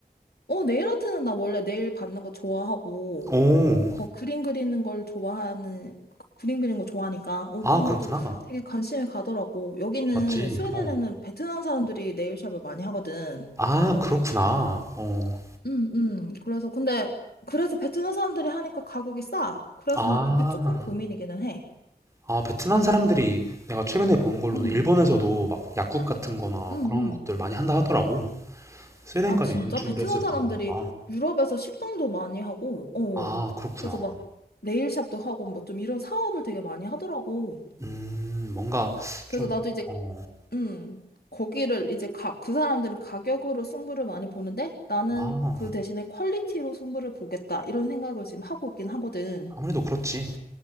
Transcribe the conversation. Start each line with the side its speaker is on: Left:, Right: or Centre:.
Left: 어, 네일 아트는 나 원래 네일 받는 거 좋아하고,
Right: 오,
Left: 어, 그림 그리는 걸 좋아하는, 그림 그리는 거 좋아하니까, 어,
Right: 아,
Left: 그런
Right: 그렇구나.
Left: 것도 되게 관심이 가더라고. 여기는,
Right: 맞지.
Left: 스웨덴에는
Right: 어.
Left: 베트남 사람들이 네일샵을 많이 하거든.
Right: 아, 그렇구나. 어.
Left: 음, 음. 그래서, 근데, 그래서 베트남 사람들이 하니까 가격이 싸. 그래서
Right: 아,
Left: 나 그게 조금 고민이기는 해.
Right: 아, 베트남 사람들이 내가 최근에 본 걸로는
Left: 음,
Right: 일본에서도 막 약국 같은 거나
Left: 음, 음.
Right: 그런 것들 많이 한다 하더라고. 스웨덴까지
Left: 아, 진짜?
Right: 진출을
Left: 베트남
Right: 했을 줄
Left: 사람들이
Right: 몰랐다.
Left: 유럽에서 식당도 많이 하고, 어.
Right: 아, 그렇구나.
Left: 그래서 막 네일샵도 하고, 뭐 좀 이런 사업을 되게 많이 하더라고.
Right: 음, 뭔가
Left: 그래서
Right: 좀,
Left: 나도 이제,
Right: 어,
Left: 음, 거기를 이제 가, 그 사람들은 가격으로 승부를 많이 보는데 나는
Right: 아,
Left: 그 대신에 퀄리티로 승부를 보겠다. 이런 생각을 지금 하고 있긴 하거든.
Right: 아무래도 그렇지.